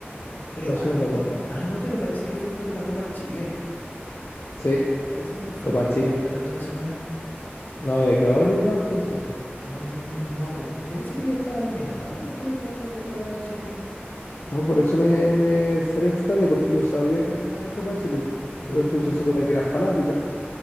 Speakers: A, on the left; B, on the left.
A: Pero
B: Dos
A: a
B: uno
A: lo mejor,
B: Católica.
A: ah, no, pero parece que fue por la Copa Chile,
B: Sí,
A: parece que no fue
B: Copa
A: por
B: Chile.
A: el Campeonato Nacional.
B: No había quedado eliminado entonces. po.
A: No, mm, no, pues, yo pensé que había estado eliminada la Católica de la Copa Chile.
B: No, por eso me, me salía extraño, porque yo sabía que estaba en Copa Chile. po.
A: Mira.
B: Pero tú se supone que eras fanática.